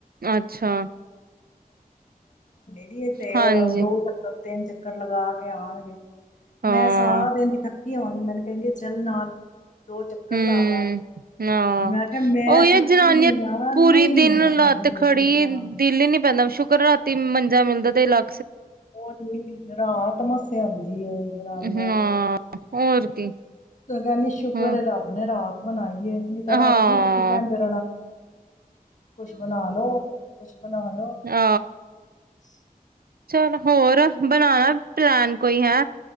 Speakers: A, on the right (about 85°); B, on the left (about 55°).
A: ਅੱਛਾ
B: ਵਧ ਤੇ
A: ਹਾਂਜੀ
B: ਉਹਦਾ ਦੋ ਚੱਕਰ ਤਿੰਨ ਚੱਕਰ ਚੱਕਰ ਲਗਾ ਕੇ ਆਉਣਗੇ
A: ਹਾਂ
B: ਮੈਂ ਸਾਰਾ ਦਿਨ ਆਵਾਂਗੀ ਮੈਨੂੰ ਕਹਿੰਗੇ ਚੱਲ ਨਾਲ ਦੋ ਚੱਕਰ
A: ਹਮ
B: ਲਾ ਲੈ
A: ਹਾਂ
B: ਮੈਂ ਕਿਹਾ ਮੈਂ
A: ਉਹੀ
B: ਥੱਕੀ
A: ਆ ਜਨਾਨੀਆਂ
B: ਵੀ ਆ
A: ਪੂਰੀ
B: ਨਹੀਂ
A: ਦਿਨ
B: ਹਿੰਮਤ
A: ਲੱਤ
B: ਹੈਗੀ ਮੇਰੇ
A: ਖੜੀ
B: ਕੋਲ ਹਾਂ
A: ਦਿਲ ਹੀ ਨੀ ਪੈਂਦਾੁ ਰਾਤੀ ਮੰਜਾ ਮਿਲਦਾ ਤੇ ਇਲਾ
B: ਉਹ ਨਹੀਂ ਰਾਤ ਮੱਸਿਆ ਦੀ ਜਨਾਨੀਆਂ
A: ਹਾਂ
B: ਤੇ
A: ਹੋਰ ਕੀ
B: ਕਹਿੰਦੀ ਸ਼ੁਕਰ
A: ਹਾਂ
B: ਰੱਬ ਨੇ ਰਾਤ ਬਣਾਈ। ਨਹੀਂ ਤਾਂ ਰਾਤੀ
A: ਹਾਂ
B: ਥੋੜੀ ਦੇਰ ਕੁਛ ਬਣਾ ਲੋ ਕੁਛ ਬਣਾ ਲ
A: ਆ
B: <inaudible>
A: ਚੱਲ ਹੋਰ ਬਣਾਉਣਾ ਪਲੈਨ ਕੋਈ ਹੈ।